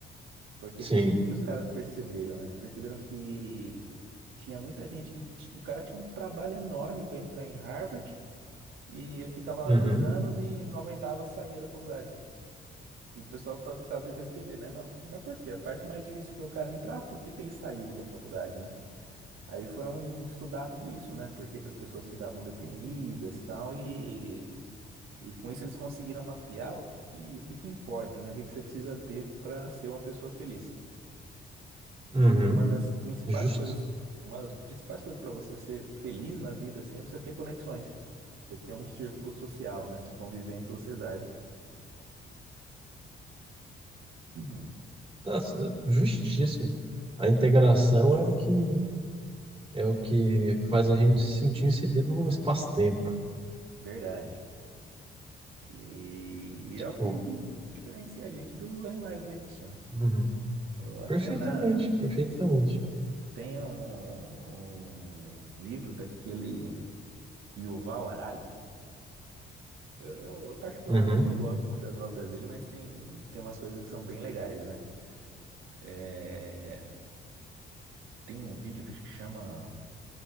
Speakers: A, on the right; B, on the right.
A: Porque
B: Sim.
A: o que, que, que os caras perceberam, né? Eles perceberam que tinha muita gente que. t- O cara tinha um trabalho enorme para entrar em Harvard. E ele ficava lá
B: Uhum.
A: dois anos e não aguentava, saía da faculdade. E o pessoal tava, ficava tentando entender, né? Mas, mas por quê? A parte mais difícil foi o cara entrar, por que que ele saiu da faculdade, né? Aí foram estudar tudo isso, né? Por que que as pessoas ficavam deprimidas e tal, e E com isso eles conseguiram mapear o que que, o que que importa, né? O que que você precisa ter para ser uma pessoa feliz.
B: Uhum.
A: E uma das principais
B: Justo.
A: coisas, uma das principais coisas para você ser feliz na vida, assim, é você ter conexões. Você ter um círculo social, né? Você conviver em sociedade. Uhum.
B: Tá, justíssimo. A integração é o que é o que faz a gente se sentir inserido no espaço-tempo.
A: Verdade. E, e é o
B: Pô.
A: que, di- o que diferencia a gente dos animais, né? Cristiano?
B: Uhum.
A: Ou Até
B: Perfeitamente,
A: na,
B: perfeitamente.
A: tem um, um livro daquele Yuval Harari. Eu, eu, eu particularmente
B: Uhum.
A: não gosto muito das obras dele, mas tem, tem umas coisas que são bem legais, né? É, tem um vídeo que acho que chama